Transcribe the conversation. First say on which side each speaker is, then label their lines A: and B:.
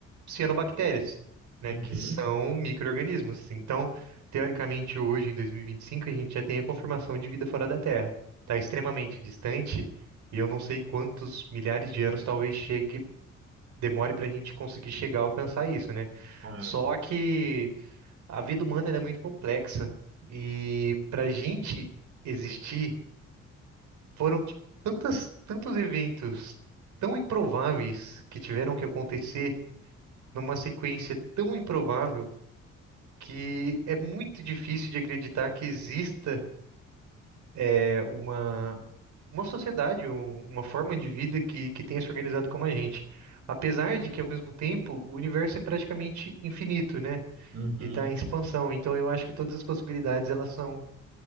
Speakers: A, on the right; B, on the right.
A: cianobactérias, né,
B: Uhum,
A: que são micro-organismos. Então, teoricamente, hoje, em 2025, a gente já tem a confirmação de vida fora da Terra. Está extremamente distante e eu não sei quantos milhares de anos talvez chegue, demore para a gente conseguir chegar a alcançar isso, né?
B: claro.
A: Só que a vida humana ela é muito complexa e para a gente existir foram t- tantas, tantos eventos tão improváveis que tiveram que acontecer numa sequência tão improvável que é muito difícil de acreditar que exista é, uma, uma sociedade, um- uma forma de vida que, que tenha se organizado como a gente. Apesar de que, ao mesmo tempo, o universo é praticamente infinito, né?
B: Uhum,
A: E está em expansão. Então, eu acho que todas as possibilidades elas são,